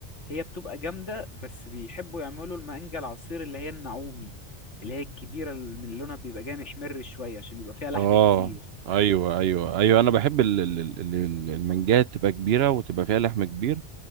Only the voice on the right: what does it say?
اه
ايوه ايوه ايوه انا بحب ال- ال- ال- ال- ال- المانجات تبقى كبيره وتبقى فيها لحم كبير